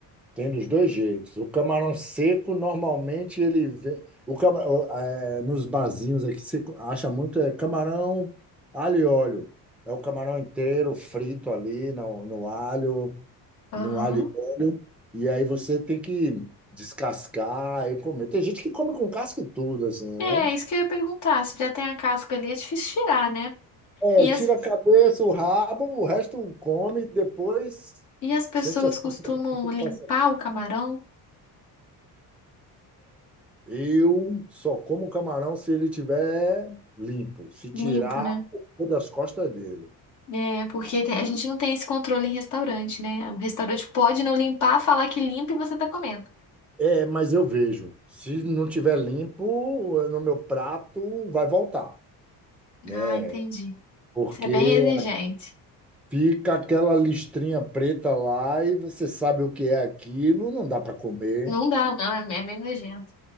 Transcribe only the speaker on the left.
Aham.
É,
isso que eu ia perguntar. Se já tem a casca ali, é difícil tirar, né?
E
as,
e as pessoas
costumam
limpar o camarão
limpo, né?
É, porque tem- a gente não tem esse controle em restaurante, né? O restaurante pode não limpar, falar que limpa e você tá comendo.
Ah, entendi.
Isso é bem exigente.
Não dá, não, é, é meio nojento.